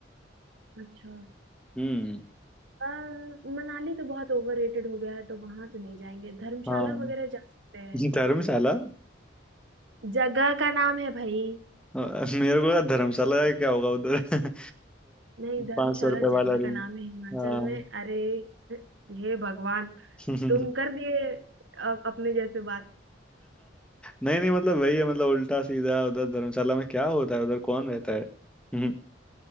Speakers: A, on the right; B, in the centre.
A: अच्छा
B: हम्म
A: अ, मनाली तो बहुत ओवररेटेड हो गया है तो वहां तो नहीं जाएंगे धर्मशाला
B: हाँ
A: वगैरह
B: <laughs>
A: जा सकते हैं
B: धर्मशाला
A: जगह का नाम है भाई
B: अ, मेरे को लगा धर्मशाला जाके क्या होगा उधर <laughs>
A: नहीं धर्मशाला
B: पाँच सौ रुपए
A: जगह
B: वाला
A: का
B: रूम
A: नाम है हिमाचल
B: हाँ
A: में अरे हे भगवान
B: <laughs>
A: तुम कर दिए अ- अपने जैसे बात
B: नहीं नहीं मतलब वही है मतलब उल्टा सीधा उधर धर्मशाला में क्या होता है उधर कौन रहता है <laughs> हम्म,